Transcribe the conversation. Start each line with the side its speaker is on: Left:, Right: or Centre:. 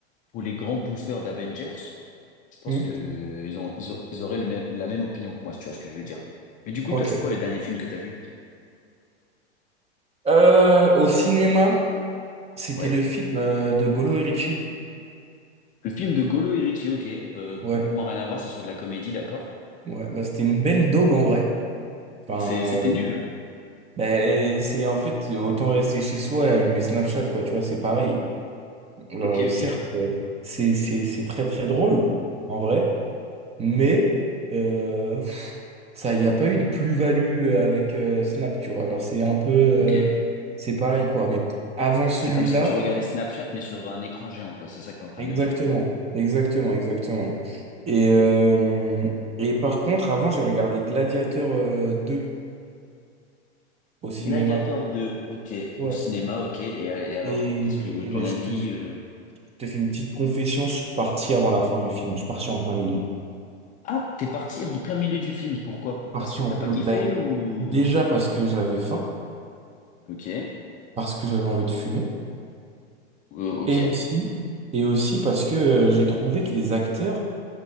Left: pour les grands bouffeurs d'Avengers, Je pense
Right: Hmm.
Left: que ils ont, ils, ont- ils auraient le mê- la même opinion que moi, si tu vois ce que je veux dire. Mais du coup,
Right: Ok.
Left: toi, c'est quoi le dernier film que t'as vu?
Right: Euh, au cinéma, c'était
Left: Ouais.
Right: le film euh, de Golo et Ritchie.
Left: Le film de Golo et Richie, ok, euh,
Right: Ouais,
Left: complètement rien à voir, c'est sur de la comédie, d'accord?
Right: ouais. Bah, c'était une belle daube en vrai. Enfin,
Left: C'est,
Right: euh,
Left: c'était nul?
Right: ben, c'est en fait autant rester chez soi et allumer Snapchat, quoi. Tu vois, c'est pareil. Alors,
Left: Ok,
Right: euh, certes,
Left: ok.
Right: euh, c'est, c'est, c'est très très drôle en vrai. Mais euh, pff, ça, il n'y a pas eu de plus-value euh, avec euh, Snap, tu vois. Alors c'est un peu, euh,
Left: Ok.
Right: c'est pareil quoi. Mais avant celui-là,
Left: C'est comme si que tu regardais Snapchat, mais sur un écran géant, quoi, c'est ça que t'es en train
Right: exactement,
Left: de me dire.
Right: exactement, exactement. Et euh, et par contre, avant, j'ai regardé Gladiateur euh, 2 au cinéma.
Left: Gladiator 2, ok, au
Right: Ouais.
Left: cinéma, ok, et, et alors?
Right: Et,
Left: Qu'est-ce que ton
Right: et ben,
Left: avis?
Right: je te, je
Left: euh
Right: te fais une petite confession. Je suis parti avant la fin du film. Je suis parti en plein milieu.
Left: Ah, t'es parti en plein milieu du film, pourquoi?
Right: Parti
Left: Parce que
Right: en
Left: t'as
Right: plein.
Left: pas kiffé
Right: Ben,
Left: ou...
Right: déjà parce que j'avais faim,
Left: Ok, Euh,
Right: parce que j'avais envie de fumer.
Left: ok,
Right: Et aussi, et aussi parce que euh, j'ai trouvé que les acteurs,